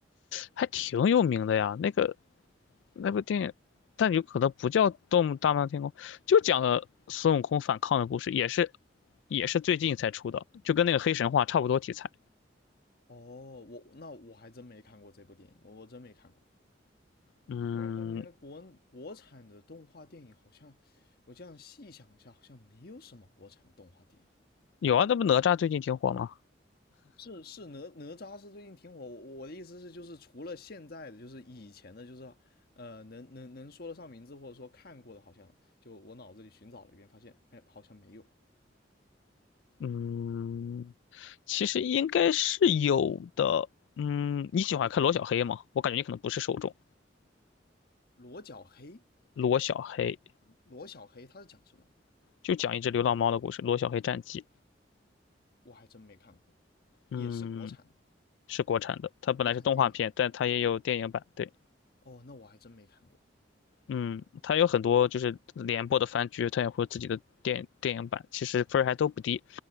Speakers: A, on the left; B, on the left.
A: 还挺有名的呀。那个那部电影，但有可能不叫《动物大闹天宫》，就讲了孙悟空反抗的故事，也是也是最近才出的，就跟那个黑神话差不多题材。
B: 哦，我那我还真没看过这部电影，我我真没看过。
A: 嗯，
B: 因为我感觉国国产的动画电影好像，我这样细想一下，好像没有什么国产的动画电影。
A: 有啊，那不哪吒最近挺火吗？
B: 是是哪哪吒是最近挺火，我我的意思是就是除了现在的，就是以前的，就是呃能能能说得上名字或者说看过的，好像就我脑子里寻找了一遍，发现哎好像没有。
A: 嗯，其实应该是有的。嗯，你喜欢看罗小黑吗？我感觉你可能不是受众。
B: 罗小黑，
A: 罗小黑
B: 罗小黑他是讲什么的？
A: 就讲一只流浪猫的故事，《罗小黑战记》。
B: 我还真没看过，也是国产的吗？
A: 嗯，是国产的，它本来是动画片，
B: 国产电影。
A: 但它也有电影版。对。
B: 哦，那我还真没看过。
A: 嗯，它有很多就是连播的番剧，它也会有自己的电电影版，其实分儿还都不低。